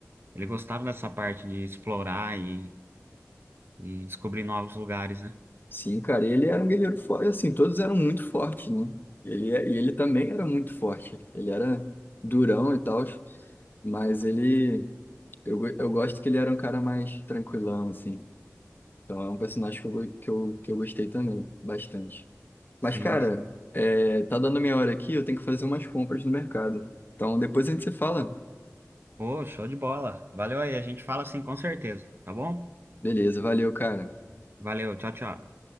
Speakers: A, on the right; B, on the left.
A: ele gostava dessa parte de explorar e, e descobrir novos lugares, né?
B: Sim, cara, ele era um guerreiro forte, assim, todos eram muito fortes, né? Ele, e ele também era muito forte. Ele era durão e tal, mas ele, eu, go- eu gosto que ele era um cara mais tranquilão, assim. Então é um personagem que eu, que eu, que eu gostei também, bastante.
A: Sim,
B: Mas, cara,
A: sim.
B: é, tá dando minha hora aqui, eu tenho que fazer umas compras no mercado. Então depois a gente se fala.
A: Pô, show de bola. Valeu aí, a gente fala assim com certeza, tá bom?
B: Beleza, valeu, cara.
A: Valeu, tchau, tchau.